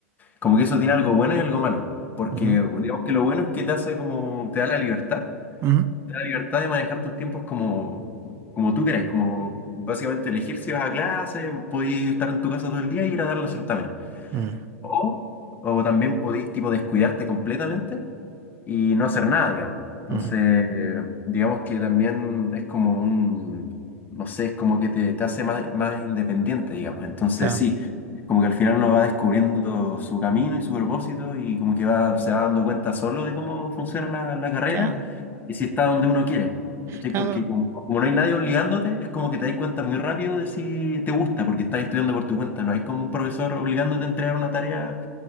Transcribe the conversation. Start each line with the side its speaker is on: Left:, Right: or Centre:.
Left: como que eso tiene algo bueno y algo malo, porque
Right: ujú.
Left: digamos que lo bueno es que te hace como, te da la libertad,
Right: Ujú,
Left: te da la libertad de manejar tus tiempos como, como tú queráis, como básicamente elegir si vas a clase, podías estar en tu casa todo el día y ir a dar los certámenes.
Right: mm,
Left: O, o también podéis tipo descuidarte completamente y no hacer nada, digamos. Entonces,
Right: ujú,
Left: eh, digamos que también es como un, no sé, es como que te, te hace más, más independiente, digamos. Entonces,
Right: Claro,
Left: sí, como que al final uno va descubriendo su camino y su propósito y como que va, se va dando cuenta solo de cómo funciona la, la carrera
Right: claro,
Left: y si está donde uno quiere. ¿Cachai?
Right: claro,
Left: Porque como, como no hay nadie obligándote, es como que te das cuenta muy rápido de si te gusta, porque estás estudiando por tu cuenta, no hay como un profesor obligándote a entregar una tarea,